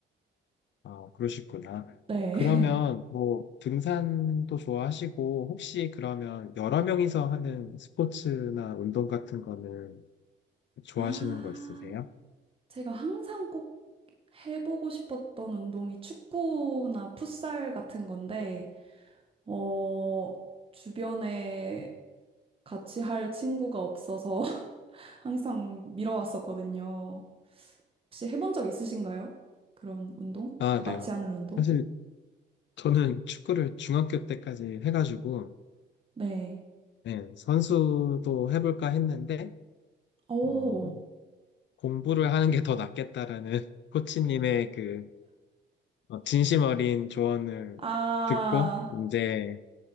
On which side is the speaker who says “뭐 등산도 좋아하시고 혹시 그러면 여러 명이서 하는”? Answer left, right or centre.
Left